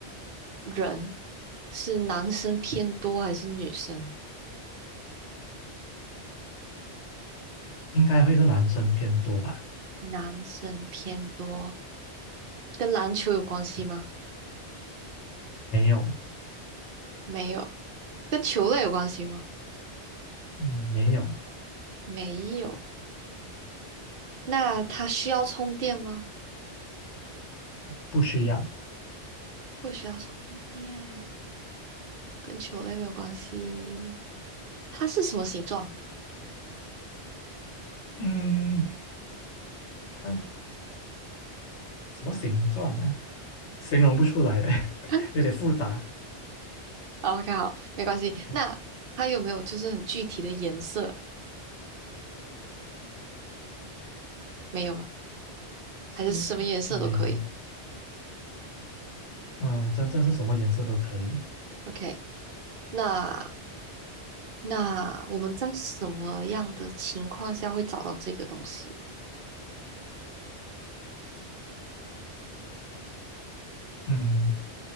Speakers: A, on the right; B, on the left.
A: 人是男生偏多还是女生？
B: 应该会是男生偏多吧？
A: 男生偏多，跟篮球有关系吗？
B: 没有，
A: 没有。跟球类有关系吗？
B: 嗯，没有，
A: 没有。那它需要充电吗？
B: 不需要，
A: 不需要充电，跟球类没有关系。它是什么形状？
B: 嗯，它什么形状啊？形容不出来的，<laughs>
A: <laughs>
B: 有点复杂。
A: OK，好，没关系。
B: OK，
A: 那它有没有就是很具体的颜色？没有吗？
B: 是没，
A: 还是什么颜色都可以
B: 嗯，真正是什么颜色都可以，
A: ？OK，那那我们在什么样的情况下会找到这个东西？
B: 嗯，